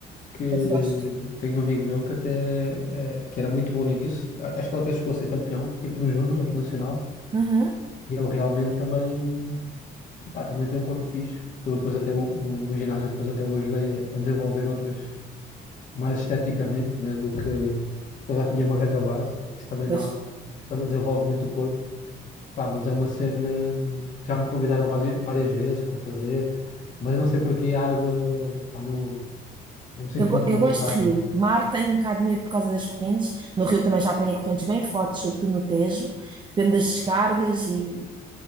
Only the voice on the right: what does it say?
mas eu gosto.
Aham.
Vai,
Eu, go-
eu
gosto de rio. Mar tenho um bocado de medo por causa das correntes. No rio também já apanhei correntes bem fortes, sobretudo no Tejo. Depende das descargas e,